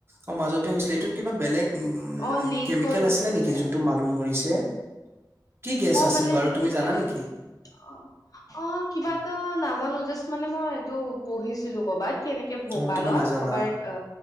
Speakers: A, on the right (about 30°); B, on the left (about 50°).
A: অ মাজতে হৈছিলে এইটোত কিবা বেলেগ উম
B: অ লিক
A: কেমিকেল
B: হৈ গৈছিলে
A: আছিলে নেকি যোনটো মানুহ মৰিছে কি গেছ আছিল
B: মানে
A: বাৰু
B: বহুত
A: তুমি জানা
B: মানে
A: নেকি
B: অ অ কিবা এটা নাজানো জাষ্ট মানে মই এইটো পঢ়িছিলো কৰবাত কেনেকে ভোপালত
A: অ' তুমি নাজানা
B: কৰ'বাত অ